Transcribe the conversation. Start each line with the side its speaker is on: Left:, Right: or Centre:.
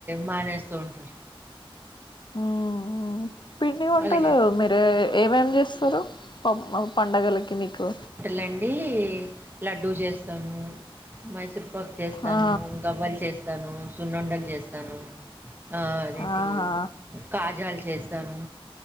Right: మానేస్తూ ఉంటారు
Left: మ్ మ్ పిండి వంటలు
Right: వాళ్ళకి
Left: మెతు ఆ ఏమేమి చేస్తారు పప్ పండుగలకి మీకు
Right: వంటలండి లడ్డూ చేస్తాను మైసూర్ పాక్ చేస్తాను
Left: ఆ
Right: గవ్వలు చేస్తాను సున్నుండలు చేస్తాను ఆ అదేంటి
Left: ఆహా
Right: కాజాలు చేస్తాను